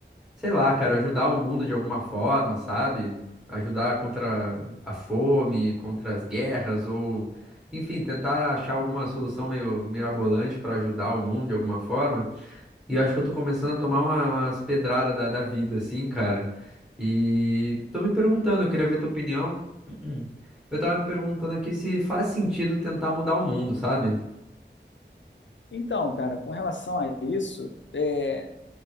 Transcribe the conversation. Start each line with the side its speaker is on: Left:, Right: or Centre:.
Centre: sei lá, cara, ajudar o mundo de alguma forma, sabe? Ajudar contra a fome, contra as guerras, ou enfim, tentar achar alguma solução meio mirabolante pra ajudar o mundo de alguma forma. E eu acho que eu tô começando a tomar uma- umas pedradas da, da vida, assim, cara. E tô me perguntando, eu queria ver tua opinião. <clears throat> Eu tava me perguntando aqui se faz sentido tentar mudar o mundo, sabe?
Left: Então, cara, com relação a isso, é,